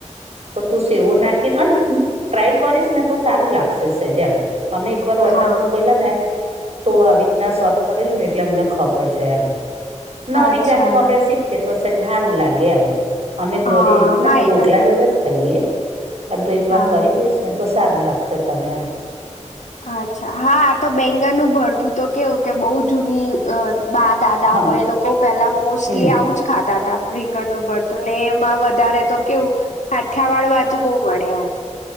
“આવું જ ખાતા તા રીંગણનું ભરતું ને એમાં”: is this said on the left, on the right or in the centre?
Left